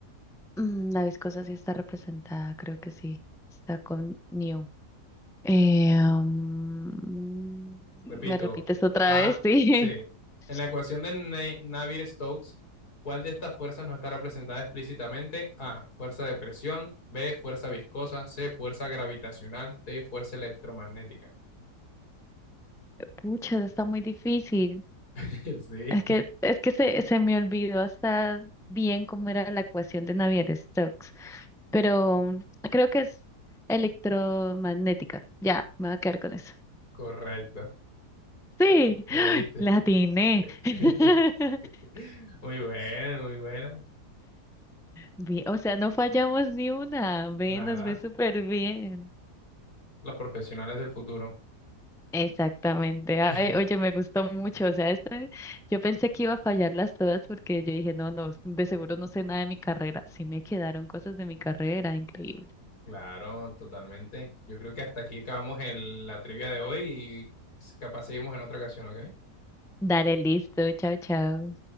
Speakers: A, in the centre; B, on the left.
A: Mm, la viscosa sí está representada, creo que sí. Está con New. Eh, mm, ¿me
B: Repito,
A: repites otra
B: A,
A: vez? <laughs>
B: C.
A: Sí.
B: En la ecuación de Ne- Navier-Stokes, ¿cuál de estas fuerzas no está representada explícitamente? A, fuerza de presión, B, fuerza viscosa, C, fuerza gravitacional, D, fuerza electromagnética.
A: Pucha, está muy difícil.
B: <laughs> Sí,
A: Es que, es que se, se me olvidó hasta bien cómo era la ecuación de Navier-Stokes, pero creo que es electromagnética. Ya, me voy a quedar con eso.
B: correcto.
A: Sí,
B: Le
A: <gasps>
B: diste.
A: la atiné. <laughs>
B: <laughs> Muy buena, muy buena.
A: Bien, o sea, no fallamos ni una. Ve,
B: Nada,
A: nos ve súper bien.
B: los profesionales del futuro.
A: Exactamente. Ay,
B: <laughs>
A: oye, me gustó mucho. O sea, este, yo pensé que iba a fallarlas todas porque yo dije, no, no, de seguro no sé nada de mi carrera. Sí me quedaron cosas de mi carrera, increíble.
B: Claro, totalmente. Yo creo que hasta aquí acabamos el- la trivia de hoy y capaz seguimos en otra ocasión, ¿ok?
A: Dale, listo. Chao, chao.